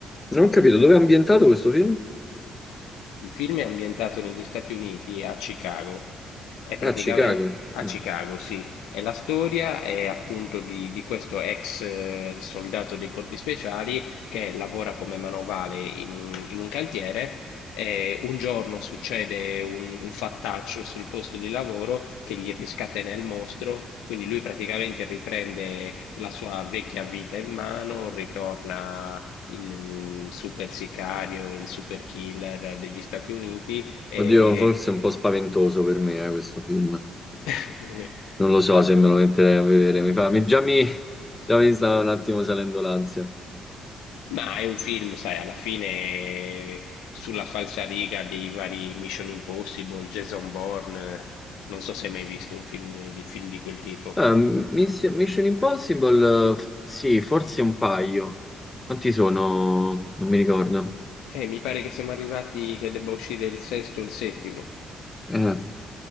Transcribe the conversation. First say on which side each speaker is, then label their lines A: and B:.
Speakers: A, on the left (about 20°); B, on the left (about 75°).
A: non ho capito dove è ambientato questo film?
B: Il film è ambientato negli Stati Uniti e a Chicago. È praticamen-
A: A Chicago.
B: a
A: Mm.
B: Chicago, sì. E la storia è appunto di, di questo ex eh, soldato dei corpi speciali che lavora come manovale in un, in un cantiere. E un giorno succede un, un fattaccio sul posto di lavoro che gli riscatena il mostro, quindi lui praticamente riprende la sua vecchia vita in mano, ritorna il mm, super sicario, il super killer degli Stati Uniti. E...
A: Oddio, forse è un po' spaventoso per me, eh, questo film.
B: <laughs>
A: Non lo so
B: Ma,
A: se me lo metterei a vedere. Mi fa, mi- già mi, già mi sta un attimo salendo l'ansia.
B: ma è un film, sai, alla fine sulla falsariga dei vari Mission Impossible, Jason Bourne. Non so se hai mai visto un film di, film di quel tipo.
A: Ah, Miss- Mission Impossible, eh, f- sì, forse un paio. Quanti sono? Non mi ricordo.
B: Eh, mi pare che siamo arrivati che debba uscire il sesto o il settimo.
A: Eh.